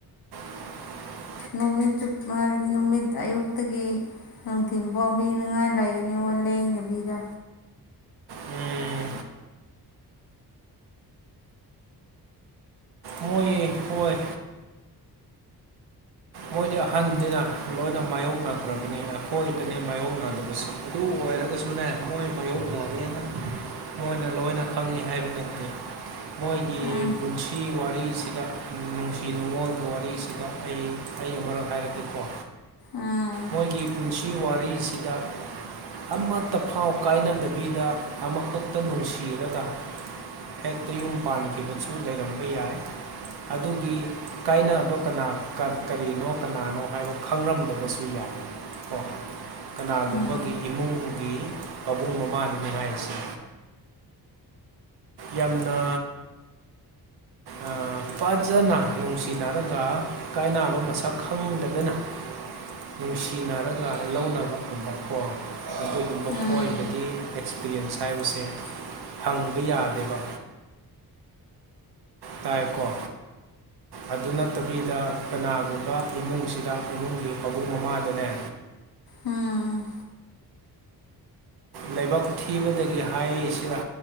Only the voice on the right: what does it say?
<unintelligible>
ꯎꯝ, ꯃꯣꯏꯌꯦ ꯈꯣꯏ ꯃꯣꯏꯗꯤ ꯑꯍꯟꯅꯤꯅ ꯂꯣꯏꯅ ꯃꯥꯌꯣꯛꯅꯈ꯭ꯔꯕꯅꯤ ꯑꯩꯈꯣꯏꯗꯅꯦ ꯃꯥꯥꯏꯌꯣꯛꯅꯕꯗꯁꯨ ꯑꯗꯨ ꯑꯣꯏꯔꯒꯁꯨꯅꯦ ꯃꯣꯏ ꯃꯥꯏꯌꯣꯛꯅꯔꯦꯅ ꯃꯣꯏꯅ ꯂꯣꯏꯅ ꯈꯪꯉꯤ ꯍꯥꯏꯕ ꯅꯠꯇꯦ ꯃꯣꯏꯒꯤ
ꯄꯨꯟꯁꯤ ꯋꯥꯔꯤꯁꯤꯗ ꯅꯨꯡꯁꯤ ꯅꯨꯡꯉꯣꯟꯒꯤ ꯋꯥꯔꯤꯁꯤꯗ ꯑꯩ ꯑꯩ ꯑꯃꯔꯛ ꯍꯥꯏꯔꯛꯀꯦꯀꯣ
ꯃꯣꯏꯒꯤ ꯄꯨꯟꯁꯤ ꯋꯥꯔꯤꯁꯤꯗ ꯑꯃꯠꯇ ꯐꯥꯎ ꯀꯥꯏꯅꯗꯕꯤꯗ ꯑꯃꯥꯈꯛꯇ ꯅꯨꯡꯁꯤꯔꯒ ꯍꯦꯛꯇ ꯌꯨꯝ ꯄꯥꯟꯈꯤꯕꯁꯨ ꯂꯩꯔꯝꯕ ꯌꯥꯏ ꯑꯗꯨꯒꯤ ꯀꯥꯏꯅꯕ ꯀꯅꯥ ꯀꯠ ꯀꯔꯤꯅꯣ ꯀꯅꯥꯅꯣ ꯍꯥꯏꯕ ꯈꯪꯔꯝꯗꯕꯁꯨ ꯌꯥꯏ ꯀꯣ ꯀꯅꯥꯒꯨꯝꯕꯒꯤ
ꯏꯃꯨꯡꯒꯤ ꯄꯥꯕꯨꯡ ꯃꯃꯥꯅꯅꯤ ꯍꯥꯏꯔꯤꯁꯦ ꯌꯥꯝꯅ ꯑꯥ ꯄꯥꯖꯅ ꯅꯨꯡꯁꯤꯅꯔꯒ ꯀꯥꯏꯅꯕ ꯃꯁꯛ ꯈꯪꯗꯗꯅ ꯅꯨꯡꯁꯤꯅꯔꯒ ꯂꯧꯅꯕ ꯎꯕꯀꯣ ꯑꯗꯨꯒꯨꯝꯕ
ꯈꯣꯏꯗꯒꯤ ꯑꯦꯛꯁꯄꯤꯔꯤꯌꯦꯟꯁ ꯍꯥꯏꯕꯁꯦ ꯍꯪꯕ ꯌꯥ ꯗꯦꯕ ꯇꯥꯏꯀꯣ ꯑꯗꯨ ꯅꯠꯇꯕꯤꯗ ꯀꯅꯥꯒꯨꯝꯕ ꯏꯃꯨꯡꯁꯤꯗ ꯏꯃꯨꯡꯒꯤ ꯃꯕꯨꯡ ꯃꯃꯥꯗꯅꯦ
ꯂꯩꯕꯛ ꯊꯤꯕꯗꯒꯤ ꯍꯥꯏꯁꯤꯔ